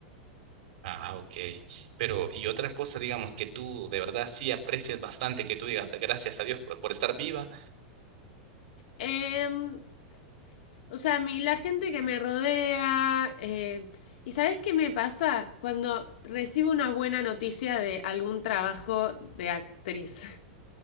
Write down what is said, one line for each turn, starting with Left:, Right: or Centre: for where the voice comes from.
Right: Ah, ok. Pero, y otra cosa, digamos, que tú de verdad sí aprecias bastante, que tú digas gracias a Dios por, por estar viva.
Left: Em, O sea, a mí la gente que me rodea. eh, ¿Y sabes qué me pasa? Cuando recibo una buena noticia de algún trabajo de actriz. <laughs>